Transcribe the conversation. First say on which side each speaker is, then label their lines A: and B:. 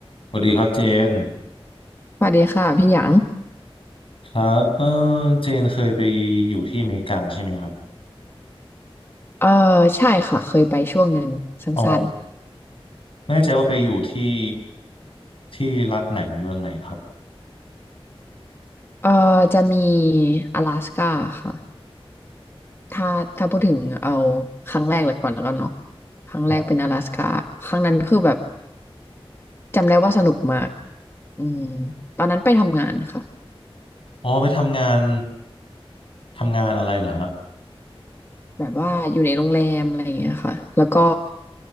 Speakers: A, on the left; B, on the left.
A: สวัสดีครับเจน
B: สวัสดีค่ะพี่หยาง
A: ครับเออเจนเคยไปอยู่ที่อเมริกาใช่ไหมครับ
B: เออใช่ค่ะเคยไปช่วงหนึ่งสั้น
A: อ๋อไม่แน่ใจว่าไปอยู่ที่ที่รัฐไหนเมืองไหนครับ
B: ๆเออจะมี阿拉斯ก้าค่ะถ้าถ้าพูดถึงเอาครั้งแรกเลยก่อนแล้วกันเนาะครั้งแรกเป็น阿拉斯ก้าครั้งนั้นคือแบบ
A: อ๋อ
B: จำได้ว่าสนุกมากอืมตอนนั้นไปทำงานค่ะ
A: อ๋อไปทำงานทำงานอะไรเหรอฮะ
B: แบบว่าอยู่ในโรงแรมอะไรอย่างเงี้ยค่ะแล้วก็